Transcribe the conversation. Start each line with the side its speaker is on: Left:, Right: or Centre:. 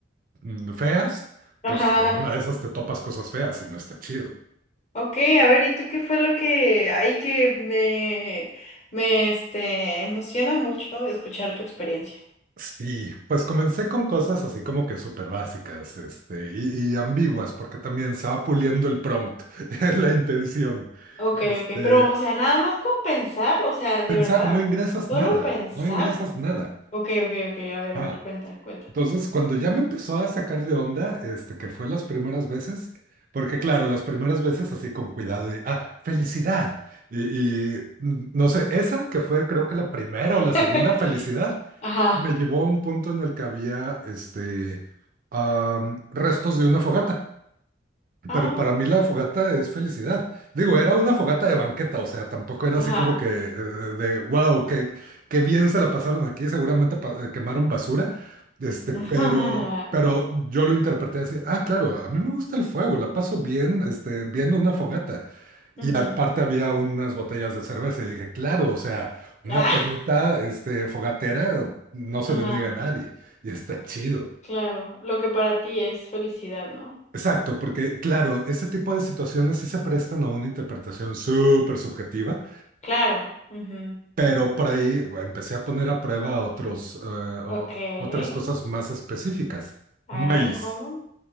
Right: mm, feas,
Left: Ajá.
Right: pues en una de esas te topas cosas feas y no está chido.
Left: Ok, a ver, ¿y tú qué fue lo que hay que me, me este, emociona mucho escuchar tu experiencia?
Right: Y pues comencé con cosas así como que súper básicas, este, y, y ambiguas, porque también se va puliendo el prompt, <laughs> la intención.
Left: Ok,
Right: Este,
Left: ok, pero, o sea, nada más con pensar, o sea, de
Right: pensar,
Left: verdad,
Right: no ingresas
Left: solo
Right: nada,
Left: pensar.
Right: no ingresas nada.
Left: Ok, ok, ok, a ver,
Right: Ajá.
Left: a ver, cuenta, cuenta.
Right: Entonces, cuando ya me empezó a sacar de onda, este, que fue las primeras veces, porque claro, las primeras veces así con cuidado y, ah, felicidad. Y, y, mm, no sé, esa que fue creo que la primera o la segunda
Left: <laughs>
Right: felicidad,
Left: Ajá.
Right: me llevó a un punto en el que había, este, am, restos de una fogata.
Left: Ah,
Right: Pero para mí la fogata es felicidad. Digo, era una fogata de banqueta, o sea, tampoco era
Left: ajá.
Right: así como que eh, de wow, qué, qué bien se la pasaron aquí, seguramente pa- eh, quemaron basura, este,
Left: <laughs>
Right: pero, pero yo lo interpreté así, ah, claro, a mí me gusta el fuego, la paso bien, este, viendo una fogata.
Left: Ujú.
Right: Y aparte había unas botellas de cerveza y dije, claro, o sea, una
Left: <laughs>
Right: pedita, este, fogatera, no se
Left: Ajá,
Right: le niega a nadie y está chido.
Left: claro. Lo que para ti es felicidad, ¿no?
Right: Exacto, porque claro, ese tipo de situaciones sí se prestan a una interpretación súper subjetiva,
Left: Claro. ujú.
Right: pero por ahí empecé a poner a prueba otros, eh, o-
Left: Ok.
Right: otras cosas más específicas.
Left: A
Right: Maíz.
Left: ver, a ver, ¿cómo?